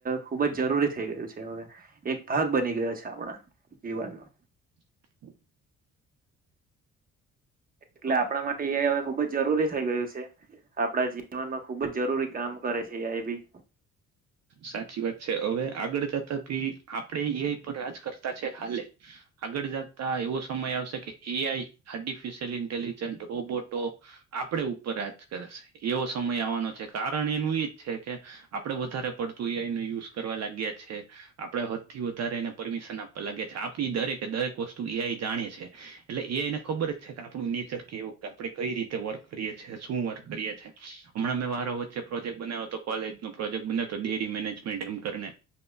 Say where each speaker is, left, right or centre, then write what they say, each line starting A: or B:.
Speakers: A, on the right; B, on the right.
A: ખુબ જ જરૂરી થઈ ગયું છે હ એક ભાગ બની ગયો છે આપણા જીવનનો
B: <inaudible>
A: એટલે
B: તો
A: આપણા માટે એ હવે ખુબ જ જરૂરી થઈ ગયું છે આપડા જીવનમાં ખુબ જ જરૂરી કામ કરે છે એ આઈ બી
B: સાચી વાત છે હવે આગળ જતા ભી આપણેે એઆઈ પર રાજ કરતા છે હાલે આગળ જતા એવો સમય આવશે કે એઆઈ આર્ટિફિશિયલ ઇન્ટેલિજન્ટ રોબોટો આપડે ઉપર રાજ કરે છે એવો સમય આવવાનો છે કારણ એનું એજ છે કે આપડણે વધારે પડતું એઆઈ નને યુઝ કરવા લાગ્યા છે આપણે હદ થી વધારે એને પરમિશન આપવા લાગ્યા છે આપણી દરેકે દરેક વસ્તુ એઆઈ જાણે છે એટલે એઆઈને ખબર જ છે કે આપણું નેચર કેવુ આપડે કઈ રીતે વર્ક કરીએ છીએ શું વર્ક કરીએ છીએ હમણાં વારો વચ્ચે પ્રોજેક્ટ બનાવ્યો હતો કોલેજ પ્રોજેક્ટ ડેરી મેનેજમેન્ટ એમ કરને